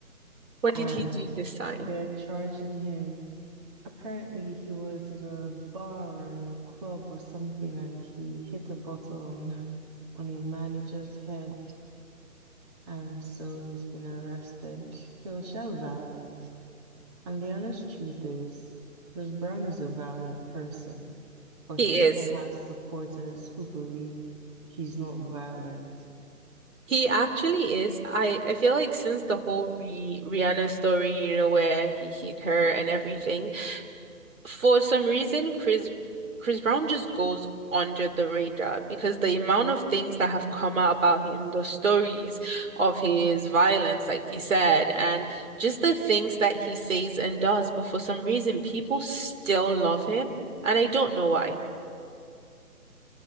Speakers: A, on the right (about 60°); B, on the right (about 20°).
A: What
B: And
A: did he do this time?
B: they're charging him. Apparently, he was at a bar or in a club or something, and he hit a bottle on <laughs> on a manager's head, and so he's been arrested. He was so violent, and the honest truth is, Chris Brown is a violent person, but
A: He
B: he still
A: is.
B: has supporters who believe he's not violent.
A: He actually is. I, I feel like since the whole Rih Rihanna story, you know, where he hit her and everything, for some reason, Chris Chris Brown just goes under the radar because the amount of things that have come out about him, the stories of his violence, like he said, and just the things that he says and does, but for some reason, people still love him, and I don't know why.